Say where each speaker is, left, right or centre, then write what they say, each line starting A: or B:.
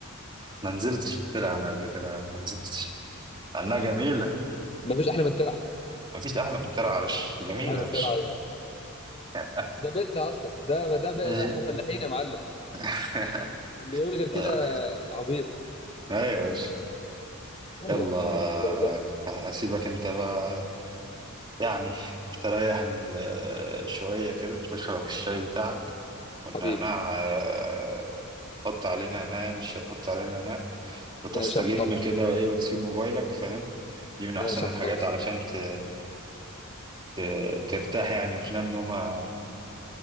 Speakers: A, on the right (about 20°); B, on the left (about 25°).
A: ما نزلتش في الترعة انا قبل كده ما نزلتش انها جميلة
B: ما فيش احلى من الترعه
A: ما فيش احلى من الترعة يا باشا جميلة
B: مفيش احلى من
A: يا
B: الترعه
A: باشا <laughs>
B: ده بيتنا اصلا ده ده بقى
A: ايه
B: احنا فلاحين يا معلم
A: <laughs>
B: اللي يقول غير كده
A: آه،
B: عبيط
A: ايوه يا باشا
B: يلا
A: يلا
B: الحمد لله
A: اسيبك انت بقى يعني تريح ال- شوية كده تشرب الشاي بتاعك والنعناع
B: حبيبي
A: آه، حط عليه نعناع مش هتحط عليه نعناع وتستجم
B: ماشي يا محترس
A: كده وايه وتسيب موبايلك فاهم دي من احسن
B: ماشي يا
A: الحاجات
B: محترس
A: علشان ت... ت... ترتاح يعني وتنام نومة